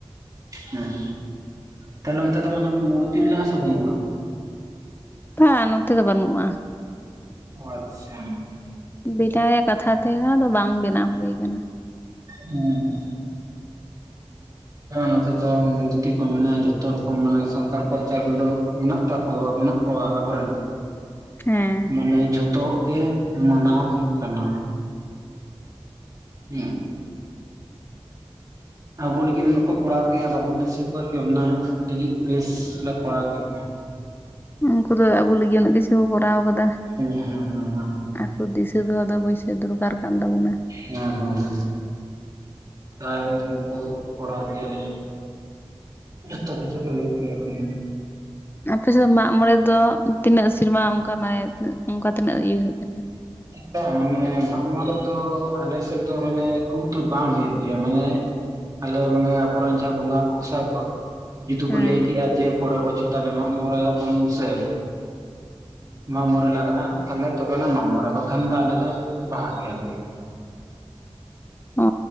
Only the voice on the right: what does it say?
ᱦᱮᱸ ᱛᱟᱦᱞᱮ ᱚᱱᱛᱮ ᱫᱚ ᱢᱟᱱᱮ ᱢᱩᱨᱛᱤ ᱢᱮᱱᱟᱜᱼᱟ ᱥᱮ ᱵᱟᱹᱱᱩᱜᱼᱟ
ᱟᱪᱪᱷᱟ
ᱦᱮᱸ ᱮ ᱱᱚᱛᱮ ᱫᱚ ᱢᱩᱨᱛᱤ ᱠᱚ ᱢᱮᱱᱟᱜᱼᱟ ᱡᱷᱚᱛᱚ ᱨᱚᱠᱚᱢ ᱢᱟᱱᱮ ᱥᱟᱱᱛᱟᱲ ᱠᱚᱣᱟᱜ ᱡᱟ ᱜᱩᱞᱳ ᱢᱮᱱᱟᱜ ᱛᱟᱠᱚᱣᱟ ᱢᱮᱱᱟᱜ ᱚ ᱟᱵᱚᱨᱮᱱ
ᱢᱟᱱᱮ ᱡᱷᱚᱛᱚ ᱜᱮ ᱢᱟᱱᱟᱣ ᱦᱩᱭᱩᱜ ᱠᱟᱱᱟ ᱦᱮᱸ ᱟᱵᱚ ᱞᱟᱹᱜᱤᱫ ᱩᱱᱟ ᱠᱚ ᱠᱚᱨᱟᱣ ᱠᱮᱜᱼᱟ ᱵᱟᱵᱚᱱ ᱫᱤᱥᱟᱹ ᱠᱚᱣᱟ ᱠᱤ ᱚᱱᱟ ᱵᱮᱥ ᱞᱮ ᱠᱚᱨᱟᱣ ᱠᱮᱭᱟ
ᱦᱮᱸ ᱦᱮᱸ ᱦᱩᱸ ᱦᱮᱸ
ᱦᱮᱸ ᱦᱮᱸ ᱯᱨ ᱩᱱᱠᱩ ᱠᱚᱲᱟ ᱜᱮᱞᱮ ᱡᱚᱛᱚ ᱠᱤᱪᱷᱩ ᱫᱚ ᱦᱩᱭᱩᱜ ᱜᱮᱭᱟ ᱮᱠᱷᱚᱱ
ᱦᱮᱸ ᱢᱟᱱᱮ ᱢᱟᱜ ᱢᱚᱬᱮ ᱫᱚ ᱟᱞᱮ ᱥᱮᱫ ᱫᱚ ᱢᱟᱱᱮ ᱠᱷᱩᱵ ᱫᱚ ᱵᱟᱝ ᱦᱩᱭᱩᱜ ᱜᱮᱭᱟ ᱢᱟᱱᱮ ᱟᱞᱮ ᱢᱟᱱᱮ ᱟᱵᱚᱨᱮᱱ ᱡᱟᱦᱟᱸ ᱵᱚᱸᱜᱟ ᱠᱚᱥᱟ ᱠᱚ ᱡᱩᱫᱤ
ᱠᱚ ᱞᱟᱹᱭ ᱠᱮᱜᱼᱟ ᱡᱮ ᱯᱚᱨᱮᱨ ᱵᱚᱪᱷᱚᱨ ᱛᱟᱦᱚᱞᱮ ᱢᱟᱜ ᱢᱚᱬᱮ ᱟᱵᱚᱱ ᱢᱮᱥᱮ ᱢᱟᱜ ᱢᱚᱬᱮ ᱞᱟᱜᱟᱜᱼᱟ ᱛᱟᱦᱚᱞᱮ ᱛᱚᱵᱮᱱᱟᱜ ᱢᱟᱜ ᱢᱚᱬᱮ ᱵᱟᱠᱷᱟᱱ ᱫᱚ ᱟᱞᱮ ᱫᱚ ᱵᱟᱦᱟᱜ ᱜᱮᱭᱟᱞᱮ